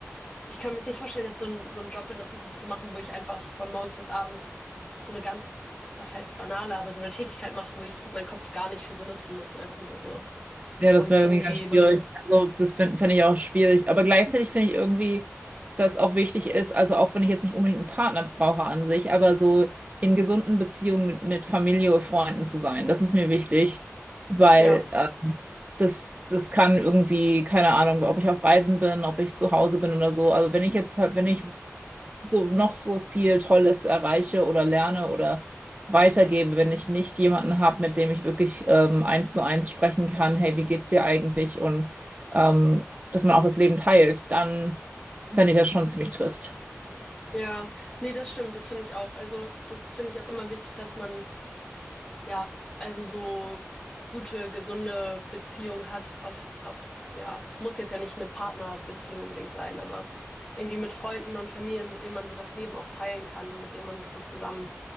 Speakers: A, on the left; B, on the right.
A: ich könnte mir jetzt nicht vorstellen, jetzt so, einen- so einen Job in der Zukunft zu machen, wo ich einfach von morgens bis abends so eine ganz, was heißt banale, aber so eine Tätigkeit mache, wo ich meinen Kopf gar nicht für benutzen muss und einfach nur da so, so
B: Ja,
A: vor
B: das
A: mich
B: wäre
A: hin
B: irgendwie
A: lebe.
B: ganz schwierig. Also, das fände fänd ich auch schwierig. Aber gleichzeitig finde ich irgendwie, dass auch wichtig ist, also auch wenn ich jetzt nicht unbedingt einen Partner brauche an sich, aber so in gesunden Beziehungen mit, mit Familie oder Freunden zu sein, das ist mir wichtig, weil
A: Ja,
B: äh, das, das kann irgendwie, keine Ahnung, ob ich auf Reisen bin, ob ich zu Hause bin oder so. Also, wenn ich jetzt, halt- wenn ich so noch so viel Tolles erreiche oder lerne oder weitergebe, wenn ich nicht jemanden habe, mit dem ich wirklich ähm, eins zu eins sprechen kann, hey, wie geht's dir eigentlich? Und ähm, dass man auch das Leben teilt, dann fände ich das schon ziemlich trist.
A: ja, nee, das stimmt, das finde ich auch. Also, das finde ich auch immer wichtig, dass man ja, also so gute, gesunde Beziehung hat auf, auf, ja, muss jetzt ja nicht eine Partnerbeziehung unbedingt sein, aber irgendwie mit Freunden und Familien, mit denen man so das Leben auch teilen kann und mit denen man das so zusammen